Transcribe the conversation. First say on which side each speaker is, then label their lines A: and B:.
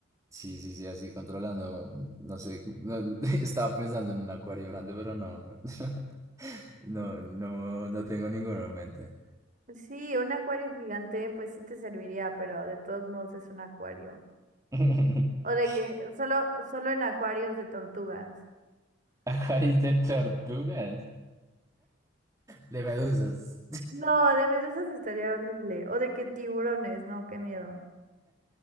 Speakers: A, on the right; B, on the right.
A: Sí, sí, sí, así controlando, um, no sé, no- <laughs> estaba pensando en un acuario grande, pero no, <laughs> no, no, no tengo ninguno en mente.
B: Sí, un acuario gigante, pues sí te serviría, pero de todos modos es un acuario.
A: <laughs>
B: O de que solo, solo en acuarios de tortugas.
A: Acuarios de tortugas. De medusas.
B: No, de medusas estaría horrible. O de que tiburones, no, qué miedo.